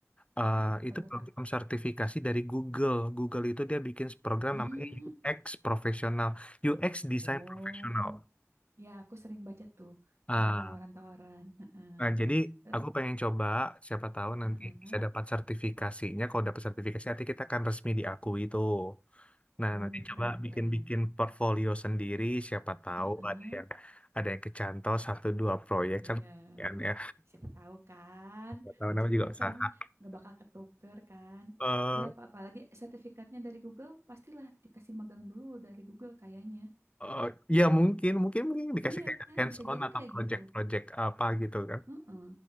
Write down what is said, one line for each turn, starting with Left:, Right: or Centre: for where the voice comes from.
Left: ah
Right: Apa
Left: itu
Right: tuh
Left: program
Right: Kak?
Left: sertifikasi dari Google. Google itu dia bikin program
Right: Hmm.
Left: namanya UX profesional, UX design
Right: Oh.
Left: profesional.
Right: Ya, aku sering baca tuh.
Left: Ah,
Right: Ada tawaran-tawaran. Heeh.
Left: nah, jadi
Right: Eh,
Left: aku pengen coba, siapa tahu nanti
Right: heeh.
Left: bisa dapat sertifikasinya. Kalau dapat sertifikasi, nanti kita akan resmi diakui itu. Nah,
Right: Uh,
Left: nanti coba
Right: keren,
Left: bikin-bikin
Right: keren.
Left: portfolio sendiri. Siapa tahu
Right: Heeh.
Left: ada yang ada yang kecantol satu dua proyek
Right: Iya.
Left: kan, lumayan ya.
Right: Siapa tahu kan.
Left: Siapa tahu
Right: Rezeki
Left: namanya juga usaha.
Right: kan nggak bakal ketuker kan.
Left: Eh,
Right: Ya, apa apalagi sertifikatnya dari Google, pastilah dikasih magang dulu dari Google kayaknya.
Left: Oh, ya mungkin, mungkin mungkin dikasih
Right: Iya,
Left: kayak hands
Right: bisa
Left: on
Right: jadi
Left: atau
Right: kayak
Left: project-project
Right: gitu.
Left: apa gitu kan.
Right: Heeh.